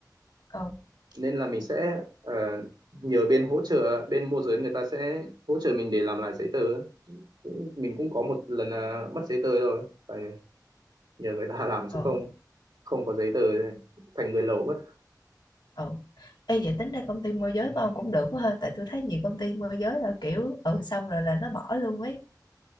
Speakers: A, on the left; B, on the right.
A: Ừ.
B: nên là mình sẽ ờ, nhờ bên hỗ trợ bên môi giới người ta sẽ hỗ trợ mình để làm lại giấy tờ ấy. Cũng- Mình cũng có một lần à, mất giấy tờ rồi phải nhờ người ta <laughs> làm
A: Ừ.
B: chứ không không có giấy tờ thì thành người lậu mất.
A: Ừ. Ê, vậy tính ra công ty môi giới của ông cũng được quá ha tại tôi thấy nhiều công ty môi giới là kiểu ừ xong rồi là nó bỏ luôn ấy